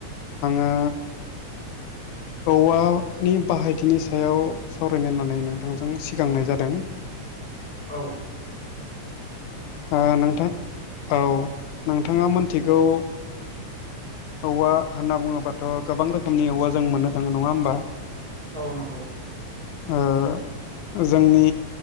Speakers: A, on the left; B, on the right.
A: आङो औवानि बाहायथिनि सायाव सावरायनो होननानै नोंथांजों सिगांनाय जादों।
B: औ
A: ओ नोंथां औ नोंथाङा मोनथिगौ औवा होनना बुङोबाथ' गोबां रोखोमनि औवा जों मोननो थाङो नङा होमबा?
B: औ नंगौ।
A: ओ ओ जोंनि